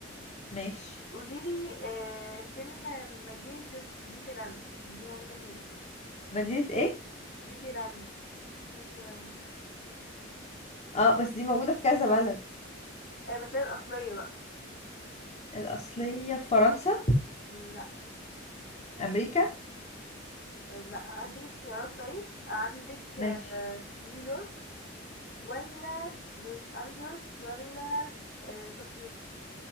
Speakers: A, on the left; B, on the left.
A: ماشي
B: قوليلي آه فين مدينة ديز- ديزني لاند دي موجودة فين
A: مدينة ايه
B: ديزني لاند ديزني لاند
A: اه بس دي موجودة في كذا بلد
B: آه بس هي الأصلية بقى
A: الأصلية في فرنسا
B: لا
A: أمريكا
B: آه، لا هديك اختيارات طيب عندك
A: ماشي
B: آه نيويورك ولا لوس أنجلوس ولا آه طوكيو